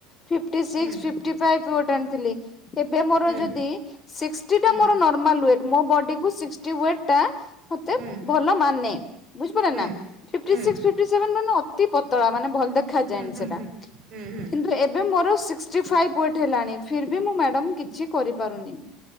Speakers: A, on the left; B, on the right.
A: ଫିଫ୍ଟି ସିକ୍ସ
B: ହୁଁ
A: ଫିଫଟି ଫାଇପ ୱେଟ୍ ଆଣିଥିଲି ଏ ବେ ମୋର
B: ହୁଁ
A: ଯଦିି ସିକ୍ସଟି
B: ହୁଁ
A: ଟା ମୋର ନରମାଲ ୱେଟ୍ ମୋ ବଡି କୁ ସିକଟି ୱେଟ ଟା ମତେ
B: ହୁଁ
A: ଭଲ ମାନେ ବୁଝିପାରିଲ
B: ହୁଁ
A: ନା ଫିଫ୍ଟି
B: ହୁଁ
A: ସିକ୍ସ ଫିଫ୍ଟୀସେଭେନ ମାନେ ଅ ଅତି ପତଳା ମାନେ ଭଲ ଦେଖାଯାଏନି
B: ହୁଁ ହୁଁ
A: ସେଟା
B: ହୁଁ ହୁଁ ହୁଁ
A: କିନ୍ତୁ ଏବେ ମୋର ସିକ୍ସି ଫାଇଭ ୱେଟ୍ ହେଲାଣି ଫିର୍ ବି ମୁ ମ୍ୟାଡ଼ାମ। କିଛି କରିପାରୁନି।